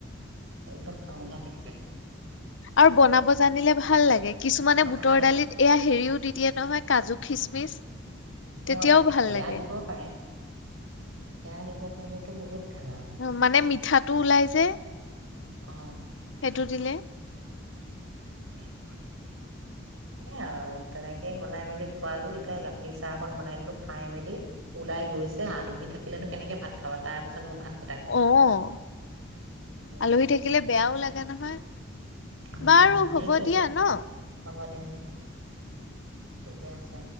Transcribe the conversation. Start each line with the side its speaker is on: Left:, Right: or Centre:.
Right: একদম সাংঘাতিক কে।
Left: আৰু বনাব জানিলে ভাল লাগে। কিছুমানে
Right: অ
Left: বুটৰ
Right: ভাল
Left: দালিত এয়া হেৰিও দি দিয়ে নহয়, কাজু খিচমিচ। তেতিয়াও
Right: ম- এ
Left: ভাল
Right: সেয়া
Left: লাগে
Right: দিব পাৰে। সেয়া দিব পাৰিলেতো বহুত ভাল আৰু
Left: অ' মানে মিঠাটো ওলাই যে,
Right: অ
Left: সেইটো দিলে।
Right: <unintelligible> এ আৰু তেনেকে বনাই মেলি খুৱালোঁ। এতিয়া গাখীৰ চাহ অকন বনাই দিলোঁ। খাই-মেলি ওলাই গৈছে। আলহী থাকিলেনো কেনেকে ভাত খাবা? তাৰ পিছত মই ভাত
Left: অ'।
Right: উম
Left: আলহী থাকিলে বেয়াও লাগে নহয়?
Right: উম
Left: বাৰু
Right: উম সেইটোৱে
Left: হ'ব দিয়া ন'?
Right: হ'ব দে অ ঠিকে আছে।